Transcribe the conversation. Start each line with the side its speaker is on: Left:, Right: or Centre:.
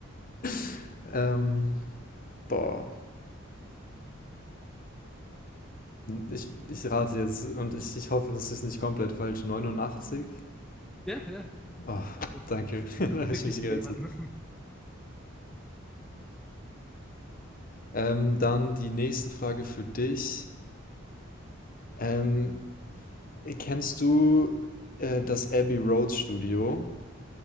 Left: <laughs> ähm, boah, ich, ich rate jetzt und ich, ich hoffe, es ist nicht komplett falsch. 89?
Centre: Ja, ja.
Left: Oh,
Centre: Das wird
Left: danke,
Centre: ein-
Left: <laughs> da habe
Centre: ein Richtig
Left: ich mich gerettet.
Centre: geraten.
Left: Ähm, dann die nächste Frage für dich. Ähm, kennst du äh, das Abbey Road Studio?